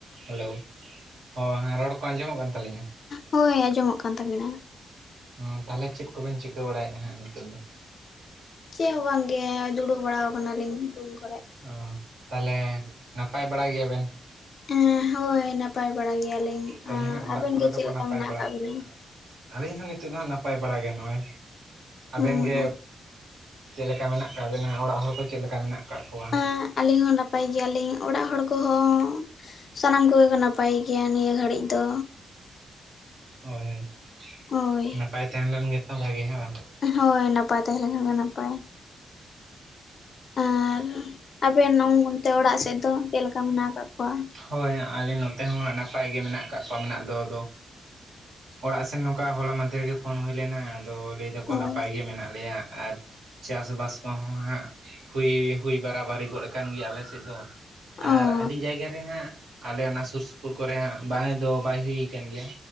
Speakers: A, on the right; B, on the left.
A: Hello, ᱦᱚᱸ ᱦᱮᱸ, ᱨᱚᱲ ᱠᱚ ᱟᱸᱡᱚᱢᱚᱜ ᱠᱟᱱ ᱛᱟᱹᱞᱤᱧᱟ?
B: ᱦᱳᱭ, ᱟᱸᱡᱚᱢᱚᱜ ᱠᱟᱱ ᱛᱟᱵᱤᱱᱟ᱾
A: ᱚ, ᱛᱟᱦᱞᱮ ᱪᱮᱫ ᱠᱚᱵᱮᱱ ᱪᱤᱠᱟᱹ ᱵᱟᱲᱟᱭᱮᱜᱼᱟ ᱦᱟᱸᱜ ᱱᱤᱛᱚᱝ ᱫᱚ?
B: ᱪᱮᱜ ᱦᱚᱸ ᱵᱟᱝᱜᱮ ᱫᱩᱲᱩᱵ ᱵᱟᱲᱟᱣᱟᱠᱟᱱᱟᱞᱤᱧ ᱱᱤᱛᱳᱝ ᱫᱚ᱾
A: ᱚ, ᱛᱟᱞᱦᱮ ᱱᱟᱯᱟᱭ ᱵᱟᱲᱟ ᱜᱮᱭᱟᱵᱮᱱ?
B: ᱦᱮᱸ, ᱦᱳᱭ, ᱱᱟᱯᱟᱭ ᱵᱟᱲᱟ ᱜᱮᱭᱟᱞᱤᱧ,
A: ᱛᱟᱦᱚᱞᱮ
B: ᱟᱻ
A: ᱦᱟᱸᱜ ᱚᱲᱟᱜ
B: ᱾ᱟᱵᱮᱱ
A: ᱠᱚᱨᱮ
B: ᱜᱮ
A: ᱫᱚᱠᱚ
B: ᱪᱮᱫ ᱞᱮᱠᱟ
A: ᱱᱟᱯᱟᱭ
B: ᱢᱮᱱᱟᱜ
A: ᱵᱟᱲᱟᱜ
B: ᱟᱠᱟ ᱵᱮᱱᱟ?
A: ᱟᱹᱞᱤᱧ ᱦᱚᱸ ᱱᱤᱛᱚᱜ ᱫᱚ ᱱᱟᱯᱟᱭ ᱵᱟᱲᱟ ᱜᱮ ᱱᱚᱜᱼᱚᱭ, ᱟᱵᱮᱱ
B: ᱦᱩᱸ
A: ᱜᱮ? ᱪᱮᱫ ᱞᱮᱠᱟ ᱢᱮᱱᱟᱜ ᱠᱟᱜ ᱵᱮᱱᱟ? ᱚᱲᱟᱜ ᱦᱚᱲ ᱠᱚ ᱪᱮᱫ ᱞᱮᱠᱟ ᱢᱮᱱᱟᱜ ᱟᱠᱟᱜ ᱠᱚᱣᱟ?
B: ᱟᱸ, ᱟᱹᱞᱤᱧ ᱦᱚᱸ ᱱᱟᱯᱟᱭ ᱜᱮᱭᱟᱞᱤᱧ, ᱚᱲᱟᱜ ᱦᱚᱲ ᱠᱚᱦᱚᱸ ᱥᱟᱱᱟᱢ ᱠᱚᱜᱮ ᱠᱚ ᱱᱟᱯᱟᱭ ᱜᱮᱭᱟ ᱱᱤᱭᱟᱹ ᱜᱷᱟᱹᱲᱤᱡ ᱫᱚ᱾
A: ᱦᱳᱭ ᱦᱳᱭ,
B: ᱦᱳᱭ
A: ᱱᱟᱯᱟᱭ ᱛᱟᱦᱮᱱ ᱞᱮᱱ ᱜᱮᱛᱚ ᱵᱷᱟᱜᱤ, ᱦᱮᱸ ᱵᱟᱝ?
B: ᱦᱳᱭ, ᱱᱟᱯᱟᱭ ᱛᱟᱦᱮᱸᱞᱮᱠᱷᱟᱱ ᱜᱮ ᱱᱟᱯᱟᱭ᱾ ᱟᱨ ᱟᱵᱮᱱ ᱚᱱᱛᱮ ᱚᱲᱟᱜ ᱥᱮᱫ ᱫᱚ ᱪᱮᱫ ᱞᱮᱠᱟ ᱢᱮᱱᱟᱜ ᱟᱠᱟᱫ ᱠᱚᱣᱟ?
A: ᱦᱳᱭ, ᱟᱞᱮ ᱱᱚᱛᱮ ᱦᱚᱸ ᱦᱟᱸᱜ ᱱᱟᱯᱟᱭ ᱜᱮ ᱢᱮᱱᱟᱜ ᱠᱟᱜ ᱠᱚᱣᱟ ᱢᱮᱱᱟᱜ ᱫᱚ, ᱟᱫᱚ ᱚᱲᱟᱜ ᱥᱮᱱ ᱱᱚᱝᱠᱟ ᱦᱚᱞᱟ ᱢᱟᱫᱷᱮᱨ ᱜᱮ ᱯᱷᱳᱱ ᱦᱩᱭ ᱞᱮᱱᱟ, ᱟᱫᱚ ᱞᱟᱹᱭ ᱫᱟᱠᱚ
B: ᱦᱳᱭ
A: ᱱᱟᱯᱟᱭ ᱜᱮ ᱢᱮᱱᱟᱜ ᱞᱮᱭᱟ ᱟᱨ ᱪᱟᱥᱵᱟᱥ ᱠᱚᱦᱚᱸ ᱦᱟᱸᱜ ᱦᱩᱭ ᱦᱩᱭ ᱵᱟᱨᱟᱵᱟᱨᱤ ᱜᱚᱫ ᱟᱠᱟᱱ ᱜᱮᱭᱟ ᱟᱞᱮ ᱥᱮᱫ ᱫᱚ᱾
B: ᱚ
A: ᱟᱨ ᱟᱹᱰᱤ ᱡᱟᱭᱜᱟ ᱨᱮ ᱦᱟᱸᱜ ᱟᱞᱮ ᱚᱱᱟ ᱥᱩᱨ ᱥᱩᱯᱩᱨ ᱠᱚᱨᱮ ᱦᱟᱸᱜ ᱵᱟᱭ ᱫᱚ ᱵᱟᱭ ᱦᱩᱭ ᱟᱠᱟᱱ ᱜᱮᱭᱟ᱾